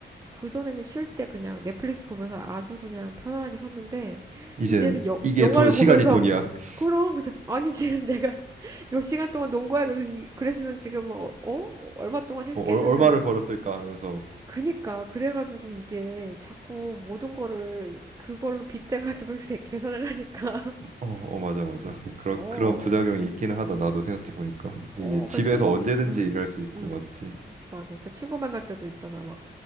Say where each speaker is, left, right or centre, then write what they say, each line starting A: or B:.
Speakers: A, on the right; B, on the right.
A: 그전에는 쉴 때 그냥 넷플릭스 보면서 아주 그냥 편안하게 쉬었는데
B: 이제,
A: 이제는 여,
B: 이게
A: 영화를
B: 돈, 시간이
A: 보면서
B: 돈이야. <laughs>
A: <laughs> 그럼 무슨 아니 지금 내가 <laughs> 몇 시간 동안 논 거야 그래서 이, 그랬으면 지금 뭐, 어 얼마 동안 했겠는데
B: 어, 얼- 얼마를
A: 막
B: 벌었을까 하면서.
A: 그니까 그래가지고 이게 자꾸 모든 거를 그걸로 빗대가지고 <laughs> 계산을 하니까 <laughs>
B: 어, 어, 맞아, 맞아. 그런,
A: 어
B: 그런 부작용이 있기는 하다, 나도 생각해보니까.
A: 어,
B: 이게 집에서
A: 그 친구,
B: 언제든지
A: 응
B: 일할 수 있고,
A: 응
B: 맞지?
A: 맞아. 그 친구 만날 때도 있잖아. 막,